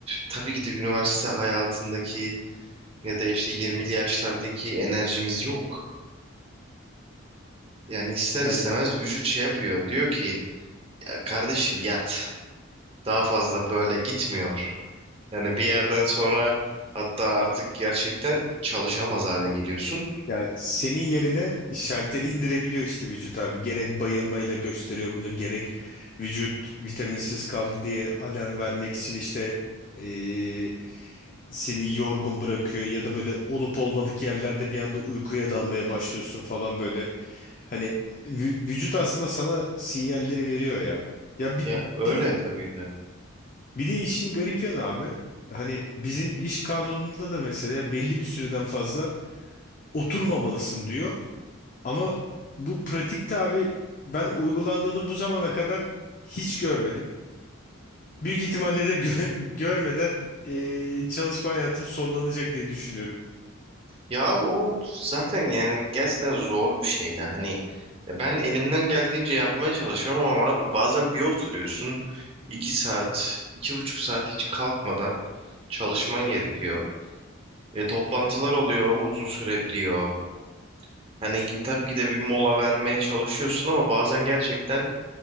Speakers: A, on the right; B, on the left.
A: tabii ki de üniversite hayatındaki ya da işte 20'li yaşlardaki enerjimiz yok. Yani ister
B: Ay,
A: istemez vücut şey yapıyor. Diyor ki Kardeşim yat. Daha fazla böyle gitmiyor. Yani bir yerden sonra hatta artık gerçekten çalışamaz hale geliyorsun.
B: Ya senin yerine şalteri indirebiliyor işte vücut abi. Gerek bayılmayla gösteriyor bunu, gerek vücut vitaminsiz kaldı diye alarm vermek için işte eee, seni yorgun bırakıyor ya da böyle olup olmadık yerlerde bir anda uykuya dalmaya başlıyorsun falan böyle. Hani vü- vücut aslında sana sinyalleri veriyor ya. Ya bir,
A: Ya öyle
B: bir de
A: tabii de.
B: bir de işin garip yanı abi. Hani bizim iş kanununda da mesela belli bir süreden fazla oturmamalısın diyor. Ama bu pratikte abi ben uygulandığını bu zamana kadar hiç görmedim. Büyük ihtimalle de gö- <laughs> görmeden eee, çalışma hayatım sonlanacak diye düşünüyorum.
A: Ya o zaten yani gerçekten zor bir şeydi. Hani ya ben elimden geldiğince yapmaya çalışıyorum ama abi bazen bir oturuyorsun iki saat, iki buçuk saat hiç kalkmadan çalışman gerekiyor.
B: Evet.
A: Ve toplantılar oluyor, uzun sürebiliyor. Hani gi- tabii ki de bir mola vermeye çalışıyorsun ama bazen gerçekten